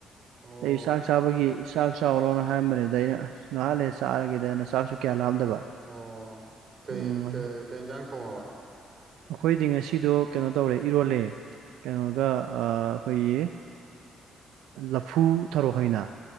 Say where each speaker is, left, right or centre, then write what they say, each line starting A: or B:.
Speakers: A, on the right; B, on the right.
A: ꯑꯣ
B: ꯑꯩ ꯆꯥꯛ ꯆꯥꯕꯒꯤ ꯆꯥꯛ ꯆꯥꯎꯔꯣꯅ ꯍꯥꯏꯔꯝꯕꯅꯤꯗ ꯑꯩꯅ ꯉꯍꯥꯛ ꯂꯩꯔꯒ ꯆꯥꯔꯒꯦꯗ ꯑꯩꯅ ꯆꯥꯛꯁꯨ ꯀꯌꯥ ꯂꯥꯝꯗꯕ
A: ꯑꯣ ꯀꯩ
B: ꯎꯝ
A: ꯀꯩ ꯌꯦꯟꯖꯥꯡ ꯊꯣꯡꯉꯕ
B: ꯑꯩꯈꯣꯏꯗꯤ ꯉꯁꯤꯗꯣ ꯀꯩꯅꯣ ꯇꯧꯔꯦ ꯏꯔꯣꯜꯂꯦ ꯀꯩꯅꯣꯒ ꯑꯩꯈꯣꯏꯒꯤ ꯂꯐꯨ ꯊꯔꯣ ꯈꯪꯉꯤꯅ